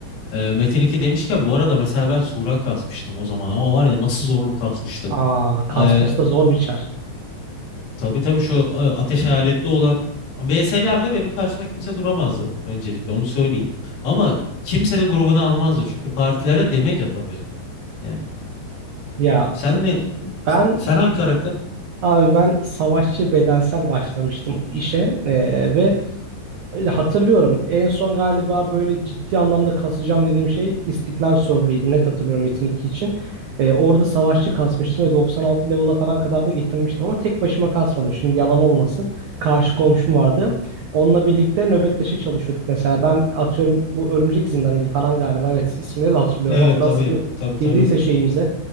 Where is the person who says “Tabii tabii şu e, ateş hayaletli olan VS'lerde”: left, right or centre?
Left